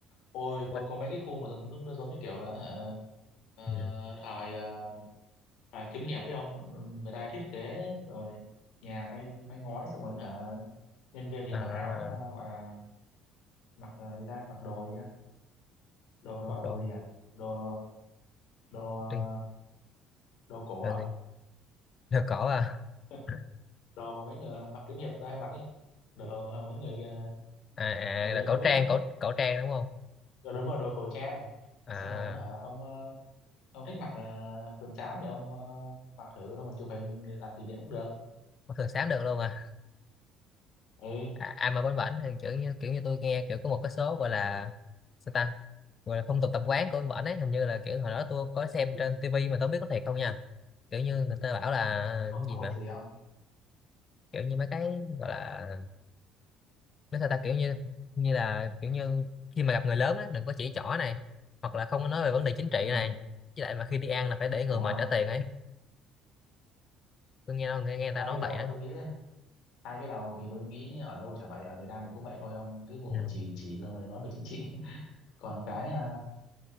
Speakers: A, on the left (about 65°); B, on the left (about 40°).
A: ôi có,
B: quên
A: có mấy cái khu mà nó, nó, nó giống như kiểu là hả, ờ,
B: ừ.
A: thời ờ, thời kiếm hiệp phải không người ta thiết kế rồi nhà may may ngói xong rồi hả nhân viên thì
B: à
A: mặc áo ờ, gọi là mặc ờ, gì ta mặc đồ gì á đồ đó
B: một
A: là đồ
B: đoạn
A: gì à đồ đồ ờ,
B: tiên
A: đồ cổ
B: rồi
A: à
B: gì rồi cổ à
A: <laughs>
B: <laughs>
A: đồ mà mấy người mặc kiếm hiệp người ta hay mặc ấy đồ mà mấy người ờ,
B: à,
A: ờ
B: à
A: tôi
B: là
A: cũng
B: cổ
A: không biết
B: trang
A: nữa
B: cổ cổ trang đúng không
A: rồi đúng rồi đồ cổ trang
B: à
A: xong rồi hả ông ờ, ông thích mặc uh, sườn xám thì ông ờ, mặc thử xong rồi chụp hình để làm kỷ niệm cũng được
B: có thường sám được luôn à
A: ừ
B: à, ai mà bánh bảnh thì kiểu như kiểu như tôi nghe kiểu có một cái số gọi là sao ta gọi là phong tục tập quán của bánh bảnh ấy hình như là kiểu hồi đó tôi có xem trên tivi mà tôi không biết có thiệt không nha kiểu như người ta bảo là
A: không
B: cái gì
A: không phục
B: mà
A: gì không
B: kiểu như mấy cái gọi là nói sao ta kiểu như như là kiểu như khi mà gặp người lớn á đừng có chỉ trỏ này hoặc là không có nói về vấn đề chính trị
A: ừ
B: này với lại mà khi đi ăn là phải để người
A: ủa
B: mệt trả tiền ấy tôi nghe nghe, nghe người
A: hai
B: ta nói
A: cái đầu
B: vậy á
A: thì tôi nghĩ hai cái đầu thì tôi nghĩ ở đâu chả vậy ở Việt Nam thì cũng vậy thôi ông cái vụ
B: ừ.
A: mà chỉ chỉ xong rồi nói về chính trị <laughs> còn cái à,